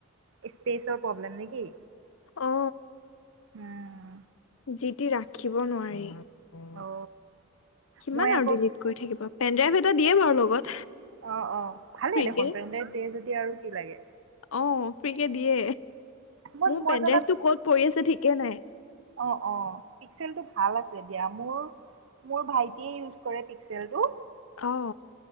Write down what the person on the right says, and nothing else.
স্পেচৰ প্ৰব্লেম নেকি?
উম।
অ
মই
আকৌ
অ অ। ভালেই
দেখোন পেনড্ৰাইভ দিয়ে যদি আৰু কি লাগে।
মই
মই
জনাত
অ অ পিক্সেলটো ভাল আছে দিয়া, মোৰ মোৰ ভাইটিয়ে ইউজ কৰে পিক্সেলটো।